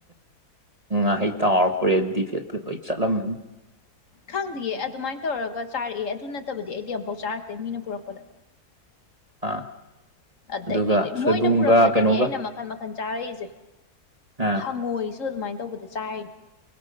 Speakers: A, on the right; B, on the left.
A: ꯉꯥꯍꯩ ꯇꯥꯎꯔꯄꯣꯔꯛꯌꯦ ꯗꯤꯐꯦꯠ ꯐꯨ ꯂꯣꯏ ꯆꯠꯂꯝꯃꯅꯤ
B: ꯈꯪꯗꯦꯌꯦ ꯑꯗꯨꯃꯥꯏꯅ ꯇꯧꯔꯒ ꯆꯥꯔꯛꯑꯦ ꯑꯗꯨ ꯅꯠꯇꯕꯗꯤ ꯑꯩꯗꯤ ꯑꯃꯝꯐꯥꯎ ꯆꯥꯔꯛꯇꯦ ꯃꯤꯅ ꯄꯨꯔꯛꯄꯗ
A: ꯑꯥ
B: ꯑꯗꯒꯤꯗꯤ
A: ꯑꯗꯨꯒ ꯁꯣꯏꯕꯨꯝꯒ
B: ꯃꯣꯏꯅ ꯄꯨꯔꯛꯄꯗꯅꯤ
A: ꯀꯩꯅꯣꯒ
B: ꯑꯩꯅ ꯃꯈꯜ ꯃꯈꯥꯜ ꯃꯈꯜ ꯆꯥꯔꯛꯏꯁꯦ
A: ꯑꯥ
B: ꯍꯪꯉꯣꯏꯁꯨ ꯑꯗꯨꯃꯥꯏꯅ ꯇꯧꯕꯗ ꯆꯥꯔꯤꯅꯦ